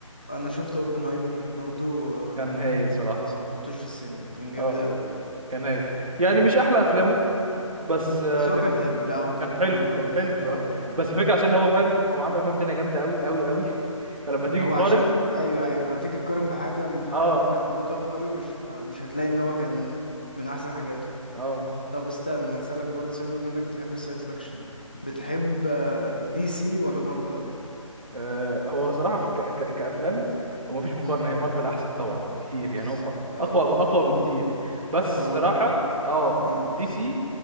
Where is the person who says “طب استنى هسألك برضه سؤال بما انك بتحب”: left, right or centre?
Left